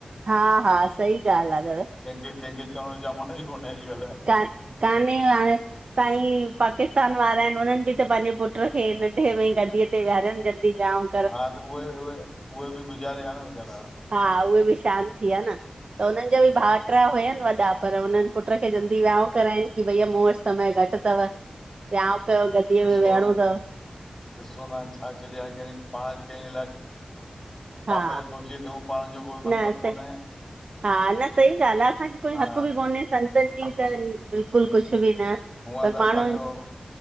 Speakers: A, on the right (about 55°); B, on the left (about 20°).
A: हा हा सही ॻाल्हि आहे दादा
B: केंहिंखे केंहिंखे चवण जो जमानो ई कोन्हे अॼुकल
A: क काने <unintelligible> हाण साईं पाकिस्तान वारा आहिन उननि बि त पंहिंजे पुट खे नंढे में ही गद्दीअ ते विहारनि जल्दी विहाउं
B: हा त उहे उहे उहे बि गुज़ारे वया न वेचारा
A: हा उहे बि शांत थी वया न त हुननि जा बि भाट्रा हुयनि वॾा पर हुननि पुट खे जल्दी विहाउं कयनि कि भईया मूं वटि समय घटि अथव विहाउं कयो गद्दीअ
B: ॾिसो
A: में वेहणो अथव
B: ॾिसो न छा चैंजे हाणे पाण कैंजे लाइ पाप
A: हा
B: जो दोशीअ थियूं पाण जो कोई मतिलबु
A: न सही
B: कोन्हे
A: हा न सही ॻाल्हि आ, असांखे कोई
B: हा
A: हक़ बि कोन्हे संतनि जी त, बिल्कुलु बिल्कुल कुछु बि न,
B: हूअं
A: पर
B: त असांजो
A: माण्हुनि